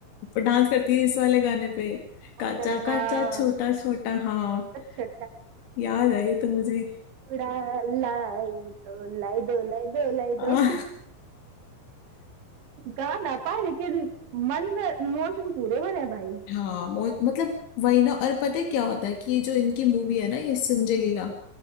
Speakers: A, on the left; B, on the right.
A: <laughs> डांस करती थी इस वाले गाने पे काचा
B: हम्म।
A: काचा
B: हाँ
A: छोटा छोटा हाँ
B: अच्छा
A: याद है ये तो मुझे
B: उड़ा लाई दो लाई दो लाई दो लाई
A: आ,
B: दो गा ना पाए लेकिन मन में इमोशन पूरे भरे हैं भाई
A: <laughs> हाँ मो- मतलब वही ना और पता है क्या होता है कि ये जो इनकी मूवी है ना ये संजय लीला